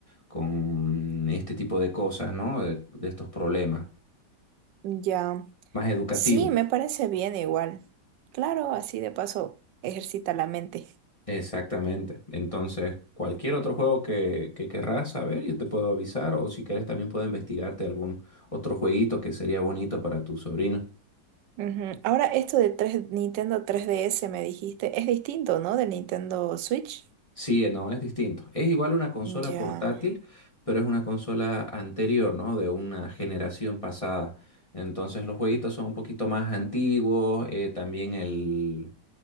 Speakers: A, on the left (about 20°); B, on the right (about 85°).
A: con este tipo de cosas, ¿no? De, de estos problemas,
B: Ya.
A: más educativo.
B: Sí, me parece bien igual. Claro, así de paso ejercita la mente.
A: Exactamente. Entonces, cualquier otro juego que, que querrás saber, yo te puedo avisar, o si quieres también puedo investigarte algún otro jueguito que sería bonito para tu sobrino.
B: Ujú. Ahora, esto de 3 Nintendo tres D S me dijiste, es distinto, ¿no? Del Nintendo Switch.
A: Sí, eh, no, es distinto. Es igual una consola
B: Ya.
A: portátil, pero es una consola anterior, ¿no? De una generación pasada. Entonces los jueguitos son un poquito más antiguos, eh, también el,